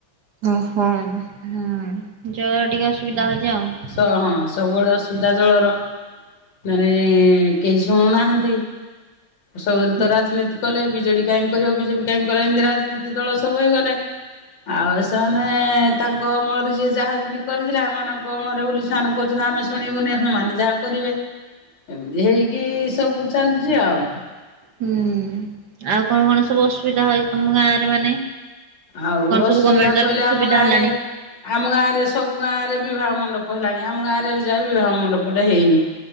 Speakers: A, on the right (about 60°); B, on the left (about 65°).
A: ଓହୋ ହୁଁ ଜଳର ଟିକେ ଅସୁବିଧା ହଉଛି ଆଉ।
B: ତ ହଁ ସବୁବେଳେ ଅସୁବିଧା ଜଳର। ମାନେ କେହି ଶୁଣୁନାହାନ୍ତି, ସବୁବେଳେ
A: ହୁଁ
B: ତ ରାଜନୀତି କଲେ। ବିଜେଡି କାହିଁ କରିବ ବିଜେପ କାଇଁ କରା ଏମିତି ରାଜନୀତି ଦଳ ସବୁ ହେଇଗଲେ। ଆଉ ସେମାନେ ତାଙ୍କ ଅମଳରେ ଯିଏ ଯାହା ଯେମିତି କରିଥିଲା। ଏମାନଙ୍କ ଅମଳରେ ବୋଲି ସାନ୍ କହୁଛନ୍ତି ଆମେ ଶୁଣିବୁନି ସେମାନେ ଯାହା କରିବେ। ଏମିତି ହେଇକି ସବୁ ଚାଲିଛି ଆଉ।
A: ହୁଁ ଆଉ କଣ କଣ ସବୁ ଅସୁବିଧା ହଇ ତମ ଗାଁ ରେ ମାନେ?
B: ଆଉ
A: କଣ ସବୁ
B: ଅସୁବିଧା
A: ଗମେଣ୍ଟ ତରଫରୁ
B: କହିଲେ
A: ସୁବିଧା
B: ଆମ ଗାଁ
A: ହେଲାଣି।
B: ରେ ଆମ ଗାଁରେ ସବୁ ଗାଁରେ ବିିବାହ ମଣ୍ଡପ ହେଲାଣି ଆମ ଗାଁରେ ଏଯାଏ ବି ବିବାହ ମଣ୍ଡପ ଟାଏ ହେଇନି।